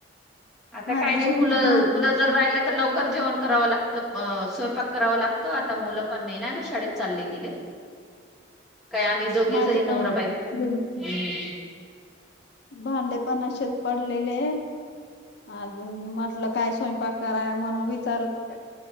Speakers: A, in the centre; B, on the left.
A: आता
B: माझेचे
A: काही नाही मुलं.
B: भां
A: मूल जर राहिलं तर लवकर जेवण करावं लागत स्वयपाक. कराव लागतो. आता मुलं पण नाही ना. शाळेत चालले गेले. काय आम्ही दोघेच
B: माझ
A: आहे नवरा
B: पण,
A: बायको
B: <unintelligible>
A: हम्म.
B: भांडे पण असशेच पडलेले आहेत. अजून म्हटलं काय स्वयंपाक कराय म्हणून विचारत